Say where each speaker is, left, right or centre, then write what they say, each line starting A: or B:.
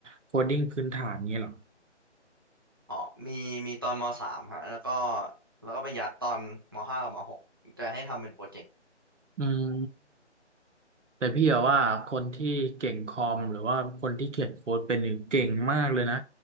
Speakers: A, on the right; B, on the right.
A: โคดดิ้งพื้นฐานนี้เหรอ
B: อ๋อมีมีตอนมสามฮะแล้วก็แล้วก็ไปยัดตอนมห้ากับมหกจะให้ทำเป็นโปรเจกต์
A: อืม แต่พี่อะว่าคนที่เก่งคอมหรือว่าคนที่เขียนโค้ดเป็นหนึ่งเก่งมากเลยนะ